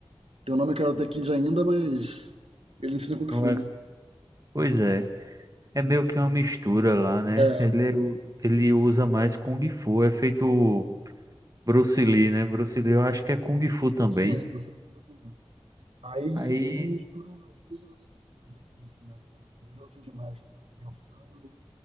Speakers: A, on the right; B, on the right.
A: Tem o nome Karate Kid ainda, mas ele ensina Kung
B: não
A: Fu,
B: é?
A: né?
B: Pois é, é meio que uma mistura lá, né?
A: É,
B: Ele, é o- ele usa mais Kung Fu, é feito Bruce Lee, né? Bruce Lee eu acho que é Kung Fu também.
A: sim, você segundo também. Aí
B: Aí
A: esse filme mistura as duas gerações do The Kid, né, digamos assim, as duas gerações de mestre, né, Daniel San e